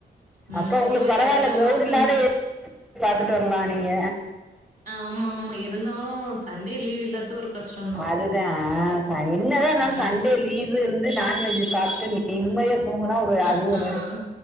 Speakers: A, on the right; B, in the centre.
A: ம்
B: அப்ப
A: அவங்களு
B: உங்களுக்கு பரவால்ல
A: வேற வேல
B: கிரௌட்
A: மாத்துங்கன்னு
B: இல்லாத பாத்துட்டு வரலா நீங்க
A: ஆமா மா எப் இருந்தாலு சண்டே லீவ் இல்லாத்து ஒரு கஸ்டந்தா
B: அதுதான் ஆ என்னதான் இருந்தாலும்
A: ம்
B: சண்டே லீவ் இருந்து நான்வெஜ் சாப்ட்டு நிம்மதியா தூங்னா ஒரு அது
A: அ
B: ஒரு
A: ஆ